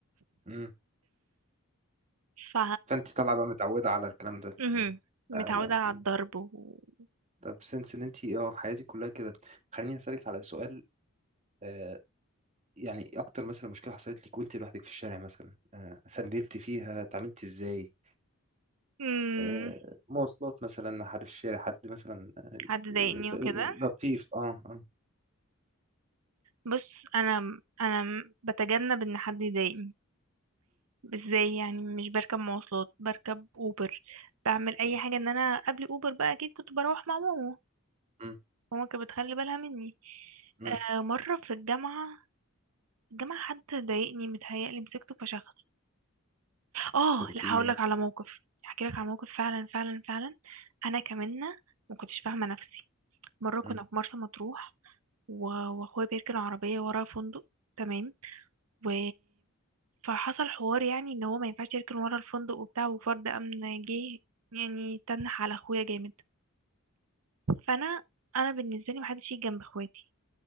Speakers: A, on the right; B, on the right.
A: مم.
B: ف
A: فانت طالعه بقى متعوده على الكلام ده
B: مهم.
A: مم.
B: متعودة
A: آه، لا.
B: على
A: مم.
B: الضرب وكده
A: طب سنس ان انت اه حياتك كلها كده خليني اسالك على سؤال آه يعني اكتر مثلا مشكله حصلت لك وانت لوحدك في الشارع مثلا آه سندلتي فيها اتعاملتي ازاي
B: امم
A: آه مواصلات مثلا حد في الشارع حد مثلا آه،
B: حد ضايقني وكده
A: آه، لطيف اه آه.
B: بص انا انا بتجنب ان حد يضايقني ازاي يعني مش بركب مواصلات بركب اوبر بعمل اي
A: مم.
B: حاجة ان انا قبل اوبر بقى اكيد كنت بروح مع ماما
A: مم.
B: ماما كانت بتخلي بالها مني
A: مم.
B: آه مرة في الجامعة الجامعة حد ضايقني متهيألي مسكته فشخص اه
A: ده انت
B: لا
A: ايه
B: هقولك على موقف هحكيلك على موقف فعلا فعلا فعلا انا كمنة ما كنتش فاهمة نفسي مرة كنا
A: مم.
B: في مرسى مطروح و- واخويا بيركن عربية ورا فندق تمام و فحصل حوار يعني ان هو ما ينفعش يركن ورا الفندق وبتاع وفرد امن جه يعني تنح على اخويا جامد فانا انا بالنسبة لي محدش يجي جنب اخواتي